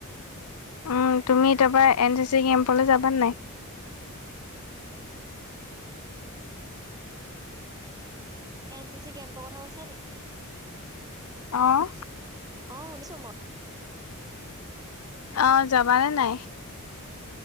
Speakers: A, on the left; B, on the right.
A: উম তুমি তাপা এন চি চি কেম্পলৈ যাবা নাই?
B: এন চি চি কেম্পৰ কথা কৈছা নি?
A: অ',
B: অ শুনিছো মই।
A: অ যাবানে নাই?